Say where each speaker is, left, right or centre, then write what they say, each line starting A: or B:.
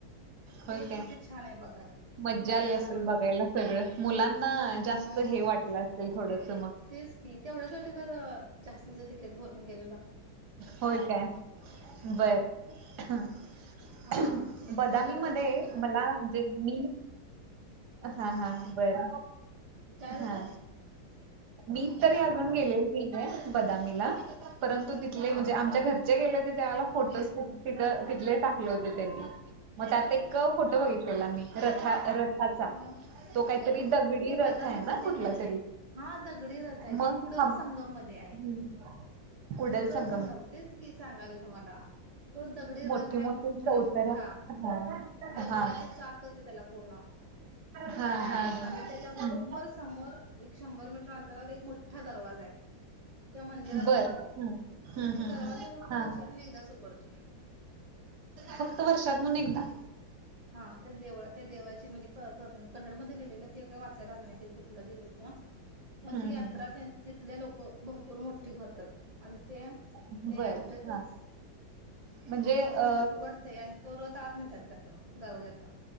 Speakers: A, on the right; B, on the right.
A: होय
B: ते एक
A: काय
B: तिथं छान आहे बघायला.
A: मज्जा
B: बघायला
A: आली असेल
B: छान वाटत
A: बघायला सगळं! मुलांना जास्त
B: हम्म
A: हे वाटलं असेल, थोडंसं मग.
B: तेच की! तेवढ्यासाठी जरा जास्तीचं तिकीट भरून गेलेलो.
A: होय काय,
B: आम्ही
A: बरं, हम्म.
B: हा म्हणजे
A: बदामीमध्ये
B: डोंगराला दर्शन मध्ये
A: मला, म्हणजे मी हा-हा, बर,
B: काय झालं
A: हा. मी तरी अजून गेलेली नाहीये बदामीला, परंतु तिथले,
B: हा
A: म्हणजे आमच्या घर जे गेले होते त्यावेळेला, फोटोस तिथं-तिथले टाकले होते त्यांनी, मग त्यात काही क-फोटो
B: हा
A: बघितलेला मी रथा-रथाचा.
B: कुठला
A: तो काहीतरी दगडी
B: ते
A: रथ
B: बदामी
A: आहे ना
B: मध्ये
A: कुठला
B: नाही
A: तरी?
B: आहे हा दगडी रथ आहे
A: मग?
B: ते कुडल
A: हम्,
B: संगम मध्ये आहे
A: हम्म-हूं, कुडल सं
B: <inaudible> तेच की सांगालेय तुम्हाला. तो दगडी
A: मोठी
B: रथ आहे,
A: मोठी
B: मोठाच्या
A: चौतर
B: मोठ्ठा!
A: हा
B: दगडाचा
A: हा हा
B: चाकच आहे त्याला पूर्ण.
A: हा. हा
B: आणि त्याच्याबरोबर
A: हम्म.
B: समोर, एक-शंभर मीटर अंतरावर एक मोठा दरवाजा आहे. त्या मंदिराचा,
A: बर हम्म हम्म
B: आणि तो
A: हम्म
B: दरवाजा फक्त
A: हम्म हा
B: वर्षातनं एकदाच उघडतो.
A: फक्त वर्षातुन एकदा?
B: हा, त्या देवळा-त्या देवाची म्हणजे' क-कन्नडमध्ये लिहिलेले ते काय वाचायला आलं नाही ते कुठला देव होता, पण
A: हम्म
B: ती यात्रा
A: हम्म
B: तिथली लोकं भरपूर मोठ्ठी करतात. आणि ते,
A: हम्म
B: त्या यात्रेतच,
A: बरं हा म्हणजे
B: ते
A: अ
B: उद-उघड ते आणि तो रथ आत नेतात त्यातनं, दरवाज्यातनं.